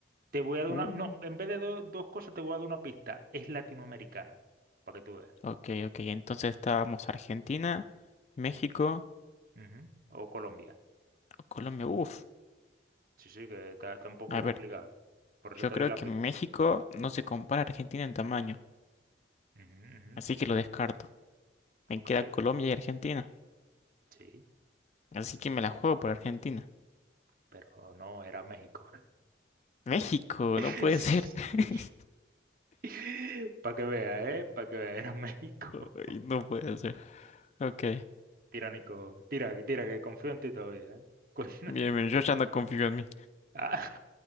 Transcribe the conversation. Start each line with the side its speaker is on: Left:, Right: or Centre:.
Right: Te voy a dar
Left: Uh.
Right: una. No, en vez de do- dos cosas, te voy a dar una pista. Es latinoamericano, para que tú veas.
Left: Ok, ok. Entonces estábamos Argentina, México,
Right: Ujú. O Colombia.
Left: Colombia. Uf.
Right: Sí, sí, que está, está un poco
Left: A ver,
Right: complicado. Por eso
Left: yo
Right: te
Left: creo
Right: di la
Left: que
Right: pista.
Left: México no se compara a Argentina en tamaño,
Right: Ujú, ujú.
Left: así que lo descarto. Me
Right: Ok,
Left: queda Colombia y Argentina.
Right: sí.
Left: Así que me la juego por Argentina.
Right: Pero no, era México.
Left: México,
Right: <laughs>
Left: no puede ser. <laughs>
Right: Sí. <laughs> Para que veas, ¿eh? Para que veas, era México.
Left: Ay,
Right: <laughs>
Left: No puede ser. <laughs> Ok.
Right: Tiránico. Tira, que tira, que confío en ti todavía, ¿eh? Con- <laughs>
Left: Bien, bien, yo ya no confío en mí.
Right: Ah,